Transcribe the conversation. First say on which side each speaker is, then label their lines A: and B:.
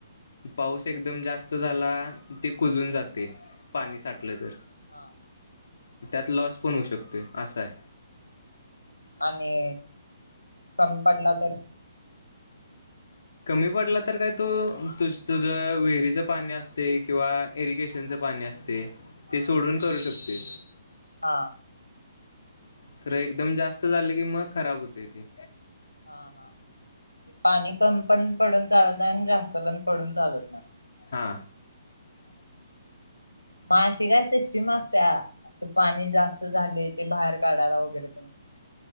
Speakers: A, on the left (about 55°); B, on the left (about 85°).
A: पाऊस एकदम जास्त झाला ते कुजून जात ते पाणी
B: हा
A: साठलं तर
B: हा
A: त्यात लॉस पण होऊ शकतोय असाय
B: आणि संम पडला तर
A: कमी पडला तर काय तू तुझ विहिरीचं पाणी असते किंवा इरिगेशनच पाणी असते
B: हा
A: ते सोडून करू शकते
B: हा
A: तर एकदम जास्त झालं की मग खराब होते ते
B: हा हा पाणी कम पण पडून चालत नाही आणि जास्त पण पडून चालत नाही
A: हा
B: मासिका सिष्टी मासा अस पाणी जास्त झाले ते बाहेर काढायला वगैरे त्यांनी